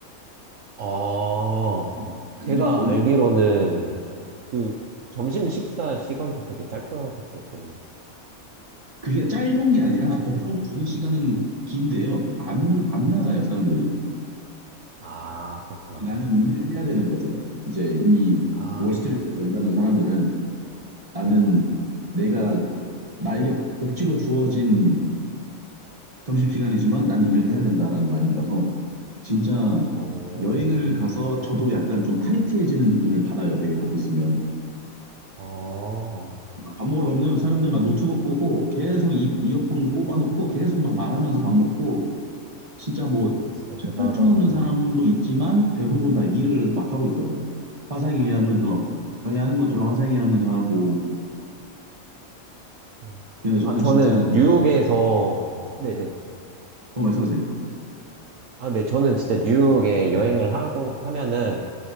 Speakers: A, on the right (about 65°); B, on the right (about 25°).
A: 아,
B: 음.
A: 제가
B: 이, 어,
A: 알기로는
B: 이-
A: 그 점심 식사 시간도 되게 짧다고 들었거든요.
B: 그게 짧은 게 아니라
A: 한 30분인가?
B: 법적으로 주는 시간은 긴데요. 안, 안 나가요, 사람들이.
A: 아, 그렇구나.
B: 나는 일을 해야 되는 거죠. 이제 이
A: 아,
B: 월스트리트에서 일하는 사람들은 나는 내가 나에게 복지로 주어진 점심시간이지만 나는 일을 해야 된다라는 마인드라서 진짜
A: 오,
B: 여행을 가서 저도 약간 좀 타이트해지는 느낌을 받아요. 되게 거기 있으면.
A: 어. 아.
B: 밥 먹으러 가면 사람들 막 노트북 보고 계속 이, 이어폰 꼽아놓고 계속 막 말하면서 밥 먹고 진짜 뭐
A: 어, 진짜
B: 책
A: 대단하다.
B: 펼쳐놓는 사람도 있지만 대부분 다 일을 막 하고 있더라고요. 화상회의 하면서
A: 음,
B: 저희 하는 것처럼 화상회의 하면서 하고
A: 음.
B: 근데 저는
A: 아, 저는
B: 진짜 뭐
A: 뉴욕에서, 네네.
B: 어 말씀하세요.
A: 아, 네. 저는 진짜 뉴욕에 여행을 하고, 하면은,